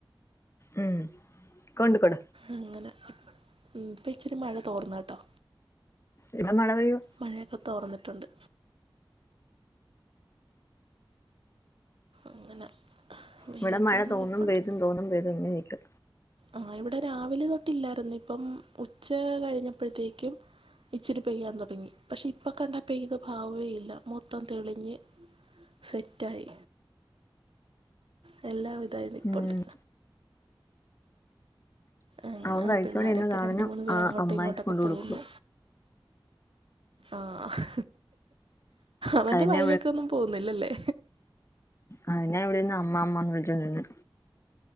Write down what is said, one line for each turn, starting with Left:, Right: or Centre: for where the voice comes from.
Left: ഉം അത്‌ കൊണ്ട് കൊട
Right: അങ്ങനെ ഉം ഇപ്പൊ ഇച്ചിരി മഴ തോർന്ന് കേട്ടോ
Left: ഇവ്ടെ മഴയാ
Right: മഴയൊക്കെ തോർന്നിട്ടുണ്ട് അങ്ങനെ വെയിലൊക്കെ
Left: ഇവിടെ മഴ
Right: വന്ന്
Left: തോന്നും
Right: നിൽപ്പുണ്ട്
Left: പെയ്തും തോന്നും പെയ്തും ഇങ്ങനെ ഒക്കെ
Right: ആഹ ഇവിടെ രാവിലെ തൊട്ടില്ലായിരുന്നു ഇപ്പം ഉച്ച കഴിഞ്ഞപ്പഴത്തേക്കും ഇച്ചിരി പെയ്യാൻ തുടങ്ങി പക്ഷെ ഇപ്പൊ കണ്ടാ പെയ്ത ഭാവമേ ഇല്ല മൊത്തം തെളിഞ്ഞ് സെറ്റ് ആയി നല്ല ഒരിതായി നിപ്പുണ്ട്
Left: ഉം
Right: ങ്ങനെ
Left: അവൻ
Right: ആ
Left: കഴിച്ചോണ്ടിരുന്ന
Right: പിള്ളോരൊക്കെ
Left: സാധനം
Right: രണ്ട് മൂന്നു പേര്
Left: ആ
Right: അങ്ങോട്ടും
Left: അമ്മായിക്ക്
Right: ഇങ്ങോട്ടൊക്കെ
Left: കൊണ്ട് കൊടുക്കുക
Right: പോവ്ന്നു ആഹ അവന്റെ
Left: അതിനെ
Right: വായിലെക്കൊന്നും പോവ്ന്നില്ലല്ലേ
Left: ആഹ് എന്നെ ഇവിടെന്ന് അമ്മാ അമ്മാന്ന് വിളിച്ചോണ്ട് വന്ന്